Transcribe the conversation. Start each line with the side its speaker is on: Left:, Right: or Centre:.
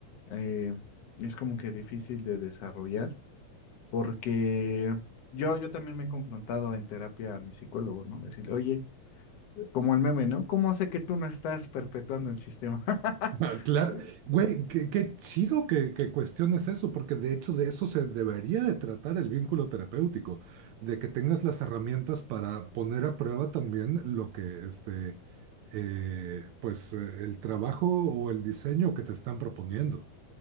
Left: eh, es como que difícil de desarrollar, porque yo, yo también me he confrontado en terapia a mi psicólogo, ¿no? Decirle, oye, como el meme, ¿no? ¿Cómo sé que tú no estás perpetuando el sistema?
Right: <laughs> Ah, Claro,
Left: <laughs>
Right: güey, qué, qué chido que, que cuestiones eso, porque de hecho de eso se debería de tratar el vínculo terapéutico, de que tengas las herramientas para poner a prueba también lo que, este, eh, pues eh, el trabajo o el diseño que te están proponiendo.